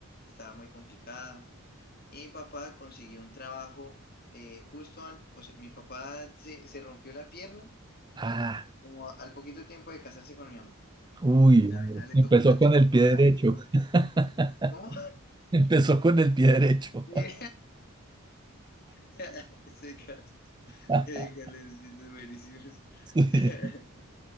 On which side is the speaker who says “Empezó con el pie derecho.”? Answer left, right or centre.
Right